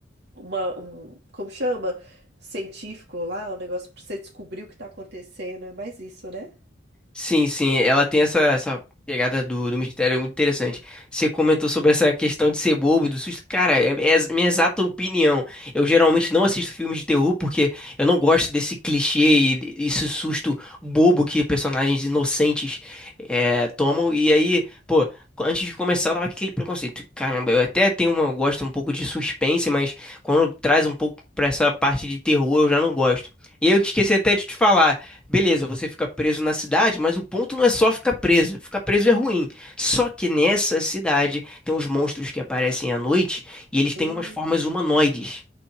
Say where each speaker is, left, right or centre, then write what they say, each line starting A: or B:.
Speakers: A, on the right; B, in the centre.
A: uma, um, como chama? Científico lá, um negócio pra você descobrir o que tá acontecendo. É mais isso, né?
B: Sim, sim, ela tem essa, essa pegada do, do mistério é muito interessante. Você comentou sobre essa questão de ser bobo, e do susto. Cara, é, é a minha exata opinião. Eu geralmente não assisto filmes de terror porque eu não gosto desse clichê e de- esse susto bobo que personagens inocentes é, tomam. E aí, pô, antes de começar, eu tava com aquele preconceito. Caramba, eu até tenho uma, eu gosto um pouco de suspense, mas quando traz um pouco pra essa parte de terror, eu já não gosto. E aí eu esqueci até de te falar. Beleza, você fica preso na cidade, mas o ponto não é só ficar preso. Ficar preso é ruim. Só que nessa cidade tem os monstros que aparecem à noite e eles têm
A: Hum,
B: umas formas humanoides.